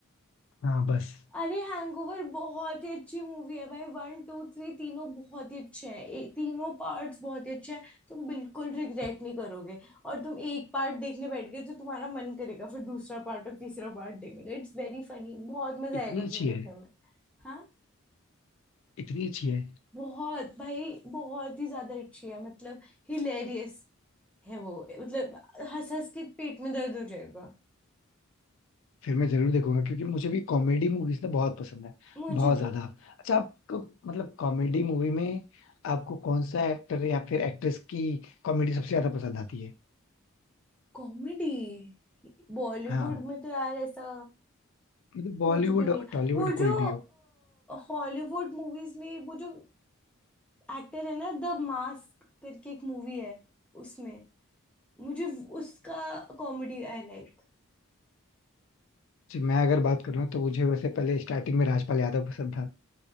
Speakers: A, on the left (about 60°); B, in the centre.
A: हाँ बस
B: अरे हैंगओवर बहुत ही अच्छी मूवी है भाई वन टू थ्री तीनों बहुत ही अच्छे हैं ए, तीनों पार्ट्स बहुत ही अच्छे हैं तुम बिल्कुल रिग्रेट नहीं करोगे और तुम एक पार्ट देखने बैठ गए तो तुम्हारा मन करेगा फिर दूसरा पार्ट और तीसरा पार्ट देखने का इट्स वेरी फनी बहुत मजा
A: इतनी
B: आएगा तुम्हें
A: अच्छी
B: देखने
A: है
B: में हाँ
A: इतनी अच्छी है
B: बहुत भाई बहुत ही ज्यादा अच्छी है मतलब हिलेरियस है वो मतलब हंस हंस के पेट में दर्द हो जाएगा
A: फिर मैं जरूर देखूंगा क्योंकि मुझे भी कॉमेडी मूवीज ना बहुत पसंद है
B: मुझे
A: बहुत
B: भी
A: ज्यादा अच्छा आपको मतलब कॉमेडी मूवी में आपको कौन सा एक्टर या फिर एक्ट्रेस की कॉमेडी सबसे ज्यादा पसंद आती है
B: कॉमेडी बॉलीवुड
A: हाँ
B: में तो यार ऐसा
A: मतलब बॉलीवुड
B: कुछ भी नहीं है
A: टॉलीवुड
B: वो
A: कोई
B: जो
A: भी हो
B: हॉलीवुड मूवीज में वो जो एक्टर है ना द मास्क करके एक मूवी है उसमें मुझे उसका कॉमेडी आई लाइक
A: जी, मैं अगर बात करूँ तो मुझे वैसे पहले स्टार्टिंग में राजपाल यादव पसंद था